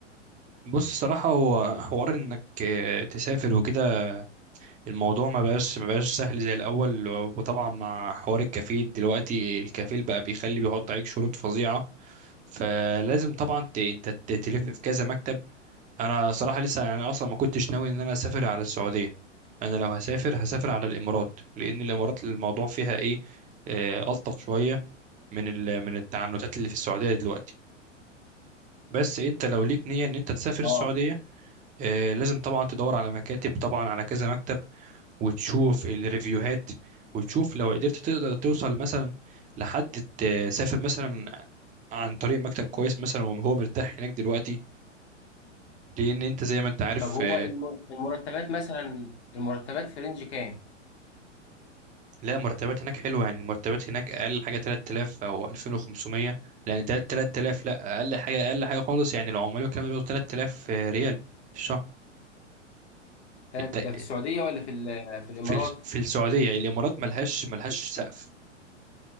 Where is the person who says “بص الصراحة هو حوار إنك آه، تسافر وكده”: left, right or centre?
Right